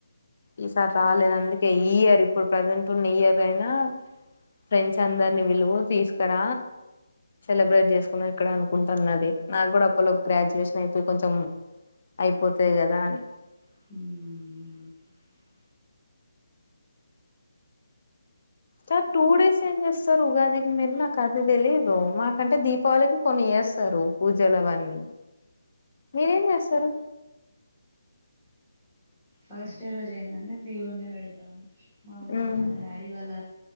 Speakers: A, on the left; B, in the centre.
A: ఈసారి రాలేదు అందుకే ఈ ఇయర్ ఇప్పుడు ప్రజెంటూ ఉన్న ఈ ఇయర్ అయినా ఫ్రెండ్స్ అందరిని పిలువు తీసు ఇక్కడ సెలబ్రేట్ చేసుకుందాం ఇక్కడ అనుకుంటాన్నది నాకు కూడా అప్పట్లోపు గ్రాడ్యుయేషన్ అయిపోయి కొంచెం అయిపోతది కదా అని
B: హామ్
A: కాదు టూ డేస్ ఏం చేస్తారు ఉగాదికి మీరు నాకు అది తెలీదు మాకంటే దీపావళికి కొన్ని చేస్తారు పూజలు అవన్నీ మీరేం చేస్తారు
B: ఫస్ట్ డే రోజు ఏందీ అంటే దేవుడిని పెడతాం మమ్మి
A: ఉమ్
B: మా డాడీ వాళ్ళ